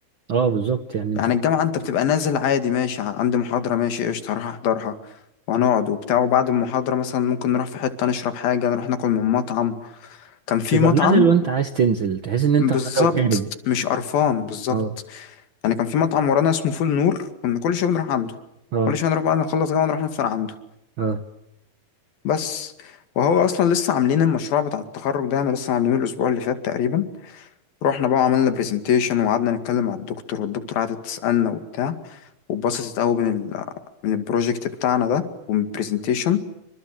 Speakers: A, on the right; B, on the left.
A: اه بالظبط يعني انت
B: يعني الجامعه انت بتبقى نازل عادي ماشي ع- عندي محاضره ماشي قشطه هروح احضرها وهنقعد وبتاع وبعد المحاضره مثلا ممكن نروح في حته نشرب حاجه نروح ناكل من مطعم كان في
A: تبقى
B: مطعم
A: نازل وانت عايز تنزل تحس ان انت
B: بالظبط
A: نازل خارج
B: مش قرفان بالظبط
A: اه
B: يعني كان في مطعم ورانا اسمه فول نور كنا كل شويه بنروح عنده
A: اه
B: كل شويه نروح بعد ما نخلص جامعه نروح نفطر عنده
A: اه
B: بس وهو اصلا لسه عاملين المشروع بتاع التخرج ده يعني لسه عاملينه الاسبوع اللي فات تقريبا رحنا بقى وعملنا برزنتيشن وقعدنا نتكلم مع الدكتور والدكتور قعدت تسالنا وبتاع واتبسطت قوي من ال من البروجكت بتاعنا ده ومن البرزنتيشن